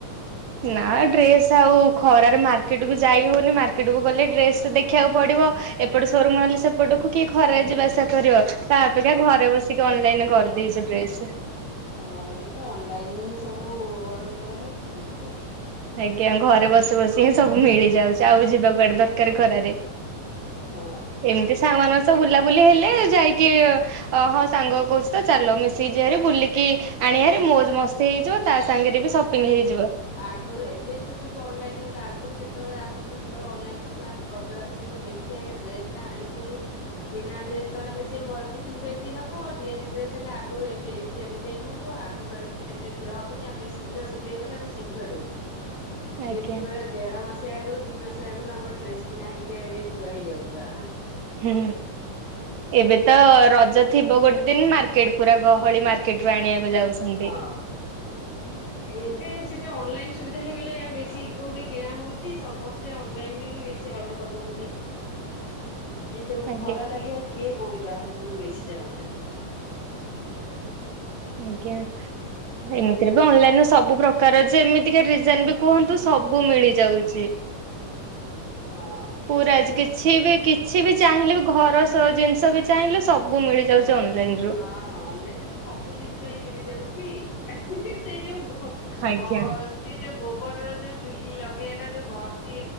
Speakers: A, on the right; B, on the left.
A: ନା ଡ୍ରେସ ଆଉ ଖରାରେ ମାର୍କେଟ କୁ ଯାଇ ହଉନି ମାର୍କେଟ କୁ ଗଲେ ଡ୍ରେସ ଦେଖିବାକୁ ପଡିବ। ଏପଟୁ ସୋରୁମ ହେଲେ ସେପଟକୁ କିଏ ଖରା ଯିବା ଆସିବା କରିବ? ତା ଅପେକ୍ଷା ଘରେ ବସିକି ଅନଲାଇନରେ କରିଦେଇଛି ଡ୍ରେସେ।
B: ହଁ ଏବେ ତ ଅନଲାଇନରେ ହିଁ ସବୁ ଅର୍ଡର କରାହେଉଛି ଆଉ।
A: ଆଜ୍ଞା ଘରେ ବସି ବସି ହିଁ ସବୁ ମିଳିଯାଉଛି ଆଉ ଯିବାକୁଆଡେ ଦର କାର ଖରାରେ
B: ହଁ।
A: ଏମିତି ସାଙ୍ଗ ମାନଙ୍କ ସହ ବୁଲାବୁଲି ହେଲେ ଯାଇକି ହଁ ସାଙ୍ଗ କହୁଛି। ତ ଚାଲ ମିଶିକି ଜିହାରି ବୁଲିକି ଆଣିବା ମୋଜ ମସ୍ତି ହେଇଯିବ ତା ସାଙ୍ଗରେ ବି ସପିଙ୍ଗ ହେଇଯିବ।
B: ଆଗରୁ ଏବେ ତ ସବୁ ଅନଲାଇନ ହେଲା ଆଗରୁ ଯେତେବେଳେ ଆମର ତ ସେତେବେଳେ ଅନଲାଇନ ନଥିଲା ଆମର ରଜ ଆସିବ କେମିତି ଏ ଡ୍ରେସ ଟା ଆଣିିକି କିଣା ଡ୍ରେସ ତ ହେଲେ ସିଏ ମୋର ଫିଟିଙ୍ଗ ପାଇଁ ହବ ତିଆରି ଡ୍ରେସ ହେଲେ ଆଗରୁ ଏମି ଏମିତିଆ ଡିଜାଇନ ହବ ଆଗରୁ ଆଣିକି ଦେଲେ ଭିଡ ହବନି ଆମେ ଶୀଘ୍ର ସିଲେଇ କଲେ ଆମ ଶୀଘ୍ର ଦେବେ
A: ଆଜ୍ଞା
B: କେମିତି ପରେ ଦେଢ ମାସେ ଆଗରୁ ଦି ମାସ ଆଗରୁ ଆମର ଡ୍ରେସ କିଣା ହେଇକି ଆଗେ ଥୁଆ ହେଇଯାଉଥିଲା।
A: ହୁଁ ଏବେ ତ ରଜ ଥିବ ଗୋଟେ ଦିନ ମାର୍କେଟ ପୁରା ଗହଳି ମା କେଟ୍ ଆଣିବାକୁ ଯାଉସନ୍ତି
B: ହଁ। ଏବେ ସେ ଯୋଉ ଅନଲାଇନ ସୁବିଧା ହେଇଗଲେ ଆଉ ବେଶୀ କୋଉଠି କିଣା ହଉଛି ସମ ସେ ଅନଲାଇନ ରେ ହିଁ ବେଶୀ ଅର୍ଡର କରିଦଉନ୍ତି। ଏ ଯୋଉ
A: ଆଜ୍ଞା
B: ଖରା ଲାଗେ ଆଉ କିଏ କୋଉଠି ବାହାରକୁ ବେଶି ଯାଉନାହାନ୍ତି।
A: ଆଜ୍ଞା। ଏମିତିରେ ବି ଅନଲାଇନ ସବୁ ପ୍ରକାର ଯେ ଏମିତିକା ଡିଜାଇନ ବି କୁହନ୍ତୁ ସବୁ ମିଳିଯାଉଛି। <inaudible>
B: ହଁ।
A: ପୁରା କିଛି ବି କିଛି ବି ଚାହିଁଲେ ବି ଘର ସହ ଜିନିଷ ବି ଚାହିଁଲେ ସବୁ ମିଳିଯାଉଛି ଅନଲାଇନ। ରୁ।
B: ହଁ ହଁ ଅନଲାଇନ ରେ ତ ସବୁ ଜିନିଷ ହିଁ ମିଳିଯାଉଛି ସେଇ ଯୋଉ
A: ଆଜ୍ଞା।
B: ଘସ୍ ସେ ଯୋଉ ଗୋବରର ଯୋଉ ଚୁଲି ଲଗେଇବାଟା ଯୋଉ ଘଷି